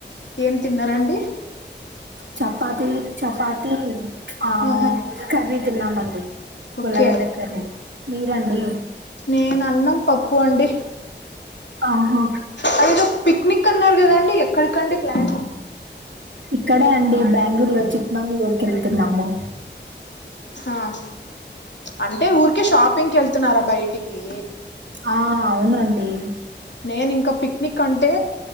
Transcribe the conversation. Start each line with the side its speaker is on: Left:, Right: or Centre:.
Left: ఏం తిన్నారండి
Right: చపాతి చపాతి ఆ
Left: ఆహా
Right: కర్రీ తిన్నామండి
Left: ఓకే
Right: ఉల్లాగడ్డ కర్రీ మీరండి
Left: నేన అన్నం పప్పు అండి
Right: ఆహా
Left: అదేదో పిక్నిక్ అన్నారు కదాండి ఎక్కడికండి ప్లాన్
Right: ఇక్కడే అండి బెంగళూరు లో చిక్ మంగుళూరు కి ఎళ్తున్నాము
Left: ఆమ్ అంటే ఊరికే షాపింగ్కి ఎళ్తున్నారా బయటికి
Right: ఆ అవునండి
Left: నేను ఇంకా పిక్నిక్ అంటే